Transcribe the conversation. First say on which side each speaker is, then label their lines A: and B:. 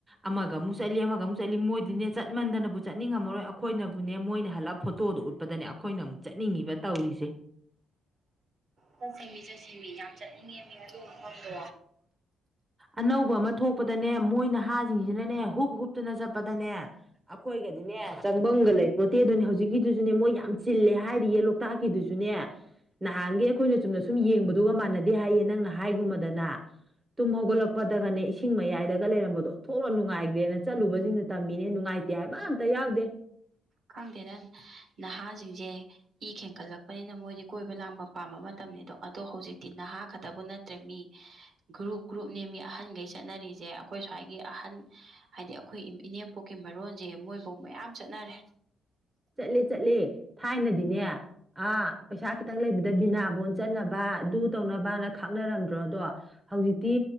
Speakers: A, on the right; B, on the right.
A: ꯑꯃꯒ ꯑꯃꯨꯛ ꯆꯠꯂꯤ ꯑꯃꯒ ꯑꯃꯨꯛ ꯆꯠꯂꯤ ꯃꯣꯏꯗꯨꯅꯦ ꯆꯠꯃꯟꯗꯅꯕꯨ ꯆꯠꯅꯤꯡꯉꯝꯃꯔꯣꯏ ꯑꯈꯣꯏꯅꯕꯨꯅꯦ ꯃꯣꯏꯅ ꯍꯜꯂꯛ ꯐꯣꯇꯣꯗꯣ ꯎꯠꯄꯗꯅꯦ ꯑꯈꯣꯏꯅꯃꯨꯛ ꯆꯠꯅꯤꯡꯉꯤꯕ ꯇꯧꯔꯤꯖꯦ
B: ꯆꯠꯁꯦꯃꯤ ꯆꯠꯁꯦꯃꯤ ꯌꯥꯝ ꯆꯠꯅꯤꯡꯉꯦ ꯃꯤ ꯑꯗꯨ ꯃꯐꯝꯗꯣ
A: ꯑꯅꯧꯕ ꯑꯃ ꯊꯣꯛꯄꯗꯅꯦ ꯃꯣꯏ ꯅꯍꯥꯖꯤꯡꯖꯤꯅꯅꯦ ꯍꯨꯨꯞ ꯍꯨꯞꯇꯨꯅ ꯆꯠꯄꯗꯅꯦ ꯑꯈꯣꯏꯒꯗꯤꯅꯦ ꯆꯪꯕꯝꯒ ꯂꯩꯄꯣꯠꯇꯦꯗꯨꯅꯦ ꯍꯧꯖꯤꯛꯀꯤꯗꯨꯖꯨꯅꯦ ꯃꯣꯏ ꯌꯥꯝ ꯆꯤꯜꯂꯦ ꯍꯥꯏꯔꯤꯌꯦ ꯂꯣꯛ ꯇꯥꯛ ꯒꯤꯗꯨꯖꯨꯅꯦ ꯅꯍꯥꯟꯒꯤ ꯑꯈꯣꯏꯅ ꯆꯨꯝꯅ ꯁꯨꯝ ꯌꯦꯡꯕꯗꯨꯒ ꯃꯥꯟꯅꯗꯦ ꯍꯥꯏꯌꯦ ꯅꯪꯅ ꯍꯥꯏꯒꯨꯝꯃꯗꯅ ꯇꯨꯝ ꯍꯧꯒꯠꯂꯛꯄꯗꯒꯅꯦ ꯏꯁꯤꯡ ꯃꯌꯥꯏꯗꯒ ꯂꯩꯔꯝꯕꯗꯣ ꯑꯣꯟꯊꯣꯛꯅ ꯅꯨꯡꯉꯥꯏꯒ꯭ꯔꯦꯅ ꯆꯠꯂꯨꯕꯖꯤꯡꯅ ꯇꯝꯃꯤꯅꯦ ꯅꯨꯡꯉꯥꯏꯇꯦ ꯍꯥꯏꯕ ꯑꯝꯇ ꯌꯥꯎꯗꯦ
B: ꯈꯪꯗꯦꯗ ꯅꯍꯥꯖꯤꯡꯖꯦ ꯏ ꯈꯦꯡꯒꯠꯂꯛꯄꯅꯤꯅ ꯃꯣꯏꯗꯤ ꯀꯣꯏꯕ ꯂꯥꯡꯕ ꯄꯥꯝꯕ ꯃꯇꯝꯅꯤꯗꯣ ꯑꯗꯣ ꯍꯧꯖꯤꯛꯇꯤ ꯅꯍꯥ ꯈꯛꯇꯕꯨ ꯅꯠ ꯇ꯭ꯔꯦ ꯃꯤ ꯒ꯭ꯔꯨꯞ ꯒ꯭ꯔꯨꯞꯅꯦ ꯃꯦ ꯑꯍꯟꯒꯩ ꯆꯠꯅꯔꯤꯖꯦ ꯑꯈꯣꯏ ꯁ꯭ꯋꯥꯏꯒꯤ ꯑꯍꯟ ꯍꯥꯏꯗꯤ ꯑꯈꯣꯏ ꯏꯅꯦꯝꯄꯣꯛꯀꯤ ꯃꯔꯣꯟꯖꯦ ꯃꯣꯏꯕꯧ ꯃꯌꯥꯝ ꯆꯠꯅꯔꯦ
A: ꯆꯠꯂꯦ ꯆꯠꯂꯦ ꯊꯥꯏꯅꯗꯤꯅꯦ ꯑ ꯄꯩꯁꯥ ꯈꯤꯇꯪ ꯂꯩꯕꯗ ꯕꯤꯅꯥꯕꯣꯟ ꯆꯠꯅꯕ ꯑꯗꯨ ꯇꯧꯅꯕꯅ ꯈꯥꯛꯅꯔꯝꯗ꯭ꯔꯣꯗꯣ ꯍꯧꯖꯤꯛꯇꯤ